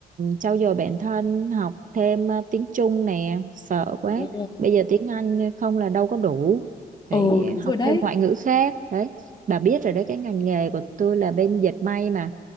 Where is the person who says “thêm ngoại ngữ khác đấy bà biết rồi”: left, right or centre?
Right